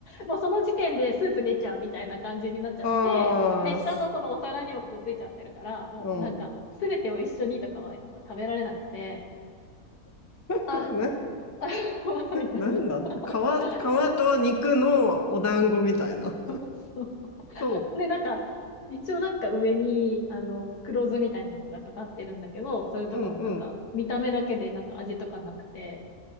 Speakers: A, on the left; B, on the left.
A: もうその時点でスープ出ちゃうみたいな感じになっちゃって、
B: ああ、
A: で、下のそのお皿にもくっついちゃってるから、
B: す
A: もうなんか、
B: うん。
A: すべてを一緒にとかはやっぱ食べられなくて、
B: <laughs>
A: あ、
B: な、
A: あ <laughs> みたいな。
B: なんだ皮、皮と肉のお団子みたいな。
A: <laughs> す <laughs> そう
B: と、
A: で、なんか、一応なんか上に、あの、黒酢みたいなのがかかってるんだけど、それとかもなんか、
B: うんうん。
A: 見た目だけでなんか味とかなくて、